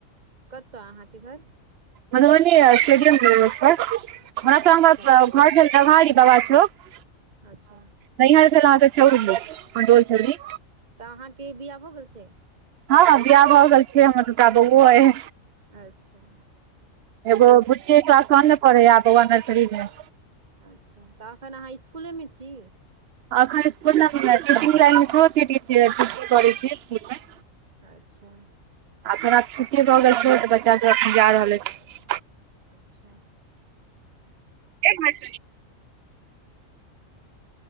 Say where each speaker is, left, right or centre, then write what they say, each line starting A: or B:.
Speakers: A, on the right; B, on the right.
A: कतअ अहाँके घर
B: मधुबनी स्टेडियम गेल पर ओना तऽ
A: अच्छा
B: हमर घर भेल डबहाड़ी दबाई चैक
A: अच्छा
B: नैहर गेलहूँ हन तऽ छौहे गै छौरी
A: तऽ अहाँके बिआह हो गेल से
B: हँ बियाह भऽ गेल छै हमरा दुटा बौओ अय
A: अच्छा
B: एगो बुच्चीे क्लास वन ने पढ़ैये आ बौआ नर्सरी मे
A: अच्छा तऽ एखन अहाँ स्कुलेमे छी
B: एखन स्कूल मे टीचिंग लाईन मे सेहो छियै स्कूल मे
A: अच्छा
B: आ थोड़ा आब छुट्टी भऽ गेल छै तऽ बच्चा सब अखन जा रहल अछि
A: अच्छा
B: एक मास